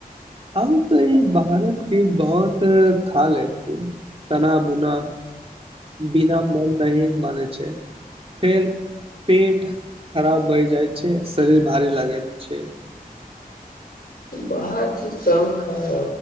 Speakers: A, on the right (about 40°); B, on the left (about 80°).
A: हम तऽ ई बाहरत चीज बहुत खा लै छी चना बुना बिना मन नह मने छै फेर पेट खराब बहि जाइ छै शरीर भारी लगे छै
B: बाहर चीज काम खाय